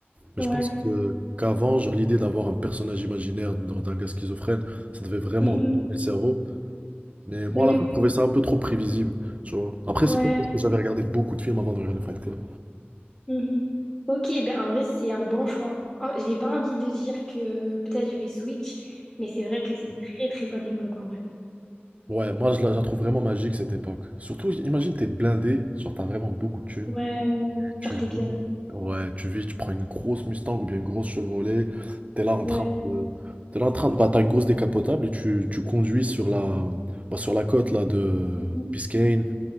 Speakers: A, on the right; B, on the left.
A: Mais
B: Ouais.
A: je pense que qu'avant, genre, l'idée d'avoir un personnage imaginaire d'un d'un gars schizophrène, ça devait vraiment
B: Mhm.
A: retourner le cerveau. Mais moi,
B: Oui.
A: à la fin, je trouvais ça un peu trop prévisible. Tu vois. Après,
B: oui.
A: c'est
B: Ouais,
A: peut-être parce que j'avais regardé beaucoup de films avant de regarder Fight Club.
B: Mhm. Ok, ben en vrai, c'est un bon choix. En- Je n'ai pas envie de dire que peut-être je vais switch, mais c'est vrai que c'est une très très bonne époque en vrai.
A: Ouais, moi, je la, je la trouve vraiment magique cette époque. Surtout, imagine, t'es blindé, genre, t'as vraiment beaucoup de thunes.
B: Ouais, ouais. ouais.
A: Tu
B: genre t'es bien.
A: vis, ouais, tu vis, tu prends une grosse Mustang ou bien une grosse Chevrolet, t'es là en
B: Ouais.
A: train de, t'es là en train de, bah, t'as une grosse décapotable et tu, tu conduis sur la, bah, sur la côte là de
B: Mhm.
A: Biscayne,